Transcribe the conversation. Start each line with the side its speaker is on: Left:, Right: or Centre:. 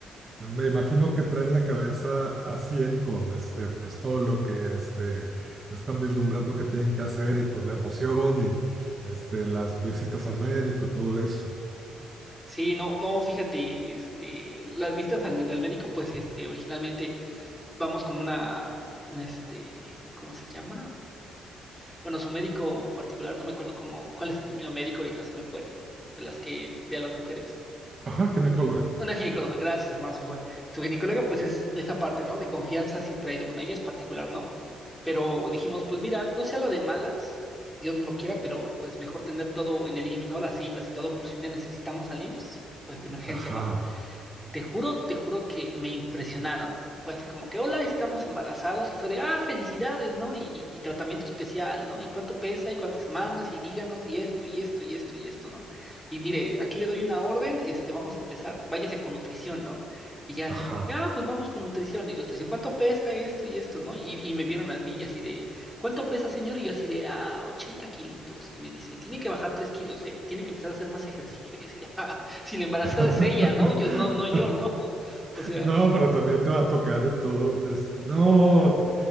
Right: me imagino que traen la cabeza a 100 con este, pues todo lo que este, están vislumbrando que tienen que hacer y pues la emoción y este, las visitas al médico, todo eso.
Centre: Sí, no, no, fíjate, este, las vistas al, al médico, pues, este, originalmente vamos con una, una, este, ¿cómo se llama? Bueno, su médico particular, no me acuerdo cómo, cuál es el término médico ahorita se me fue, de las que ve a las mujeres.
Right: Ajá, ginecóloga.
Centre: Una ginecóloga, gracias, hermano, se me fue. Su ginecóloga, pues, es esa parte, ¿no? De confianza, siempre ha ido con ella, es particular, ¿no? Pero dijimos, pues, mira, no sea la de malas, Dios no lo quiera, pero, pues, mejor tener todo en el IMSS, ¿no? Las citas y todo, por si un día necesitamos al IMSS, pues, de emergencia,
Right: Ajá,
Centre: ¿no? Te juro, te juro que me impresionaron. Fue así como que, hola, estamos embarazados y fue de, ah, felicidades, ¿no? Y, y- y tratamiento especial, ¿no? Y cuánto pesa y cuántas semanas y díganos y esto y esto y esto y esto, ¿no? Y mire, aquí le doy una orden, este, vamos a empezar, váyase con nutrición, ¿no? Y ya así
Right: ajá.
Centre: como que, ah, pues vamos con nutrición y nutrición, ¿cuánto pesa esto y esto, ¿no? Y, y me vieron a mí y así de, ¿cuánto pesa, señor? Y yo así de, ah, 80 kilitos. Y me dice, tiene que bajar 3 kilos, ¿eh? Y tiene que empezar a hacer más ejercicio y así de, <laughs> ah si la embarazada
Right: <laughs>
Centre: es ella, ¿no? Yo, no, no yo, ¿no? <laughs> O sea,
Right: No, pero también te va a tocar todo. des- No, t-